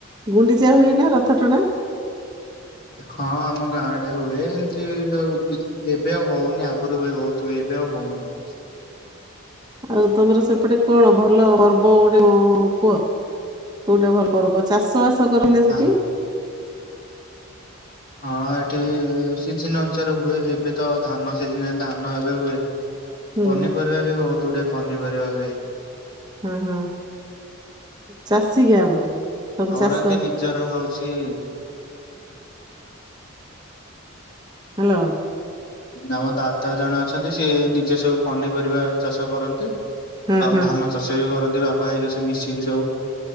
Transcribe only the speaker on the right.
ଗୁଣ୍ଡିଚା ହୁଏ ନା ରଥ ଟଣା?
ଆଉ ତମର ସେପଟେ କଣ ଭଲ ପର୍ବ ଗୋଟେ କୁହ? କୋଉଟା ଭଲ ପର୍ବ ଚାଷ ବାସ କରନ୍ତି ନା
ସେଠି?
ହୁଁ
ହଁ ହଁ ଚାଷୀକିଆ ବୋଧେ? ସବୁ
ଚାଷ
ହ୍ୟାଲୋ।
ହଁ
ହଁ